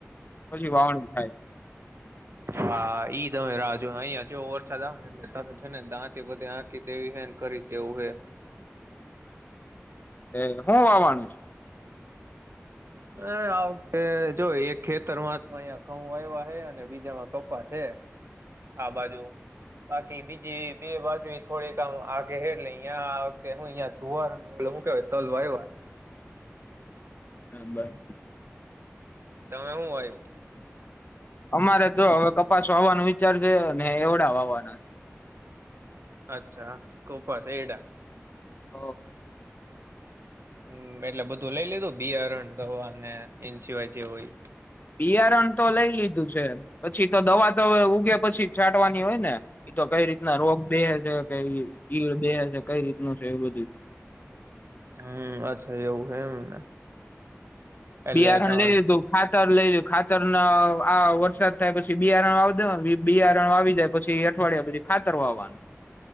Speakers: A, on the left; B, on the right.
A: પછી વાવણી થાય
B: હા ઈ તમે રાજ જો અહિયાં જેવો વરસાદ આવે ને એટલે તારે છે ને દાંંતથી બધી આંકી દેવી હેને કરી દેવું હે
A: એ હું વાવાનું છ
B: હ આ વખતે જોય એક ખેતરમાં તો અહયા ઘઉં આવ્યા હ અને બીજામાં કપા છે આ બાજુ બાકી બીજી બે બાજુ થોડીકમ આગે એટલે અ વખતે હું જુવાર ઓ મક તલ આવ હ
A: બરાબર
B: તમે હું વાવિયું
A: અમારે તો હવે કપાસ વાવાનું વિચારશે ને હેવડા વાવાના
B: અચ્છા ખૂપ છે એડા
A: <inaudible>
B: હમ એટલે બધું લઈ લીધું બિયારણ દવા અને એ સિવાય જે હોય
A: બિયારણ તો લઈ લીધું છે પછી તો દવા તો ઉગે પછી છાંટવાની હોય ને એતો કઈ રીતના રોગ દહે છે કે ઈડ દહે છે કઈ રીતનું છે એ બધું
B: હમ અચ્છા એવું હ એમને એટલે
A: બિયારખ
B: ત
A: લઈ લ ખાતર લઈ રહ ખાતર આ વરસાદ થાય પછી બિયારણ આવ દો બિયારણ આવી જાય પછી અઠવાડિયા પછી ખાતર વાવાનું